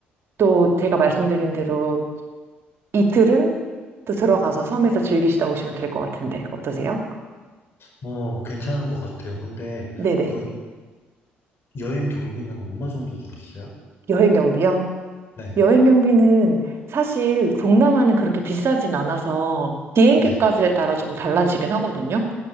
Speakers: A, on the right; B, on the left.
A: 또 제가 말씀드린 대로 이틀은 또 들어가서 섬에서 즐기시다 오시면 될 것 같은데 어떠세요?
B: 어, 괜찮은 것 같아요. 근데,
A: 네네.
B: 그, 여행 경비는 얼마 정도 들었어요?
A: 여행 경비요?
B: 네.
A: 여행 경비는 사실 동남아는 그렇게 비싸진 않아서 비행기
B: 네.
A: 값에 따라 조금 달라지긴 하거든요.